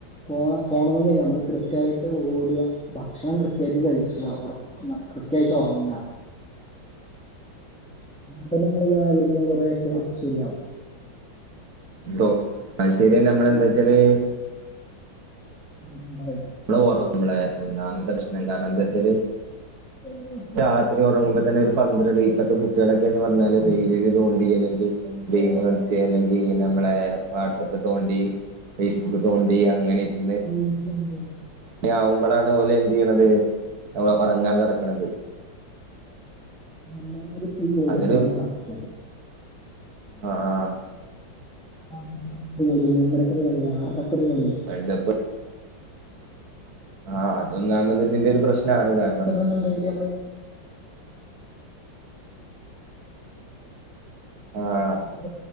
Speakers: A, in the centre; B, on the right.
A: പോണം പോണോന്നൊന്നുല്ല നമ്മള് കൃത്യായിട്ട് ഓടുക ഭക്ഷണം കൃത്യായിട്ട് കഴിക്ക ഒറ ന്ന കൃത്യായിട്ട് ഒറങ്ങാ നടന്ന് ഏറിയ ആരോഗ്യം കുറേയൊക്കെ ശരിയാവും
B: ഇണ്ടൊ അയ്ശെരിയാ നമ്മളെന്താ
A: പിന്നെ
B: വച്ചാല്
A: ഉം ഉം പറയ്
B: ഇപ്പള് ഒറക്കുമ്പഴേ ഒന്നാമത്തെ പ്രശ്നം കാരണം എന്താച്ചാല്
A: എന്തെ
B: പ്പൊ രാത്രി ഉറങ്ങുമ്പോ തന്നെ ഒരു പന്ത്രണ്ട് ഇപ്പത്തെ കുട്ടികളൊക്കെന്ന് പറഞ്ഞാല്
A: ആ
B: റീലിൽ തോണ്ടി അല്ലെങ്കി
A: ഇപ്പൊ ഈ ഫോൺ
B: ഗെയിമ് കളിച്ചെ
A: വന്നോണ്ടുള്ള
B: അല്ലെങ്കി
A: പ്രശ്നാണ്
B: നമ്മളെ വാട്സപ്പ് തോണ്ടി ഫേസ്ബുക്ക് തോണ്ടി അങ്ങനെ ഇരുന്ന്
A: റീൽസ് ഇണ്ട്
B: ന്തി ആവുമ്പളാണ് ഓല് എന്ത് ചെയ്യണത് ഒറങ്ങാൻ കടക്കണത്
A: നന്ന പ വീട
B: അതൊരു
A: കൂട നടക്കണ്ട്
B: അഹ് ആഹ്
A: പന്ത്രണ്ടരക്കൊരു കളി മൂന്നരക്കൊരു കളി ആറരക്കൊരു കളി
B: വേൾഡ് കപ്പ്‌ ആഹ് അതൊന്നാമത് ഇതിന്റെ ഒരു പ്രശ്നാണ് കാരണം
A: ന്ന്ണ്ടെങ്കിലേ നമ്മള്
B: ആഹ്
A: <unintelligible>